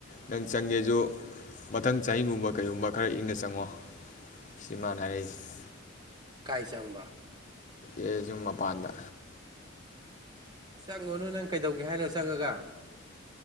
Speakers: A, on the left (about 40°); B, on the right (about 20°).
A: ꯅꯪ ꯆꯪꯒꯦꯖꯨ ꯃꯊꯪ ꯆꯍꯤꯒꯨꯝꯕ ꯀꯩꯒꯨꯝꯕ ꯈꯔ ꯏꯪꯅ ꯆꯪꯉꯣ ꯁꯤꯅꯤ ꯃꯥꯅ ꯍꯥꯏꯔꯛꯏꯁꯦ
B: ꯀꯥꯏ ꯆꯪꯕ
A: ꯑꯦ ꯌꯨꯝ ꯃꯄꯥꯟꯗ
B: ꯆꯪꯉꯨꯔꯅꯨ ꯅꯪ ꯀꯩꯗꯧꯒꯦ ꯍꯥꯏꯅꯣ ꯆꯪꯉꯒ